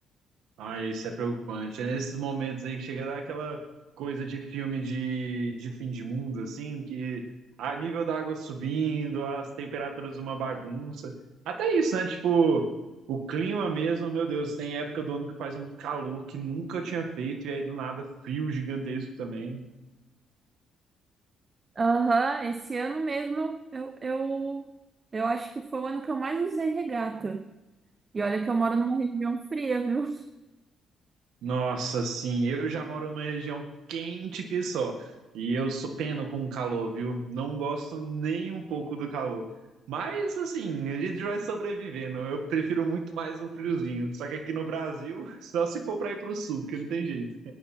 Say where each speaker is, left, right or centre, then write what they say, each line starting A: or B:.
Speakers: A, on the right (about 85°); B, on the right (about 35°).
A: ai isso é preocupante. É nesses momentos aí que chega a dar aquela coisa de filme de, de fim de mundo, assim, que a nível da água subindo, as temperaturas uma bagunça. Até isso, né? Tipo, o clima mesmo, meu Deus, tem época do ano que faz um calor que nunca tinha feito, e aí do nada frio gigantesco também.
B: Aham, esse ano mesmo eu, eu, eu eu acho que foi o ano que eu mais usei regata. E olha que eu moro numa região fria, viu?
A: Nossa, sim, eu já moro numa região quente que só. E eu sou pena com o calor, viu? Não gosto nem um pouco do calor. Mas assim, a gente vai sobrevivendo. Eu prefiro muito mais um friozinho. Só que aqui no Brasil, <laughs> só se for para ir pro sul, porque não tem jeito.